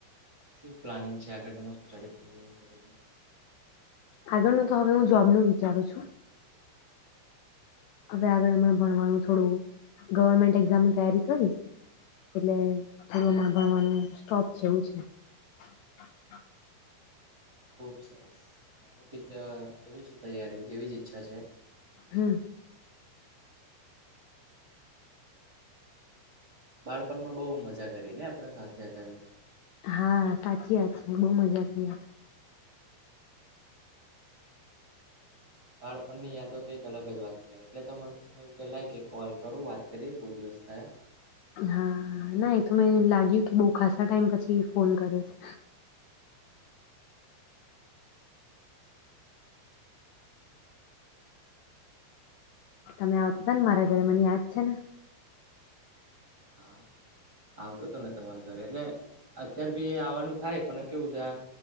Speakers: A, on the right; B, on the left.
A: શું પ્લાનિંગ છે આગળ તમારે સ્ટડી પૂરી કરી ને?
B: આગળ નું તો હવે હું જોબનું વિચારું છું. હવે આગળ હમણા ભણવાનું થોડું ગવર્મેન્ટ એક્ઝામની તૈયારી કરીશ, એટલે થોડું હમણા ભણવાનું સ્ટોપ છે, એવું છે.
A: ખુબ સરસ. <unintelligible> એવી જ તૈયારી એવી જ ઈચ્છા છે.
B: હમ્મ.
A: બાળપણમાં બહુ મજા કરી ને આપણે સાથે હતા તો.
B: હા સાચી વાત છે. બહુ મજા કરી.
A: બાળપણની યાદો તો કંઈક અલગ જ વાત કેવાય, એટલે તો મને થયું કે લાય એક કોલ કરું, વાત કરીએ, બોવ દિવસ થયા.
B: હા, ના એ તો મેં લાગ્યું કે બોવ ખાસા ટાઈમ પછી ફોન કર્યો છે. તમે આવતા તા ને મારા ઘરે મને યાદ છે ને.
A: હા આવતો તો ને તમારા ઘરે એટલે અત્યાર ભી આવવાનું થાય, પણ કેવું છે આ